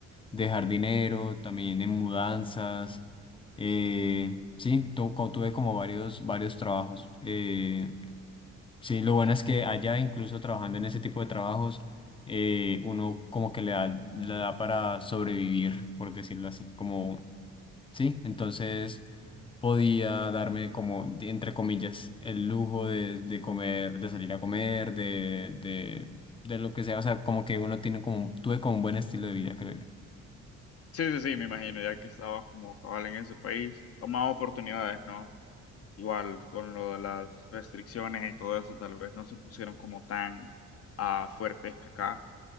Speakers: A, on the left; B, on the left.
A: de jardinero, también en mudanzas. eh, sí, tu- co- tuve como varios, varios trabajos. eh, Sí, lo bueno es que allá, incluso trabajando en ese tipo de trabajos, eh, uno como que le da, le da para sobrevivir, por decirlo así. Como, sí, entonces podía darme como, de- entre comillas, el lujo de, de comer, de salir a comer, de, de, de lo que sea. O sea, como que uno tiene como, tuve como un buen estilo de vida, creo yo.
B: Sí, sí, sí, me imagino, ya que estabas como cabal en ese país, o más oportunidades, ¿no? Igual con lo de las restricciones y todo eso, tal vez no se pusieron como tan ah, fuertes que acá.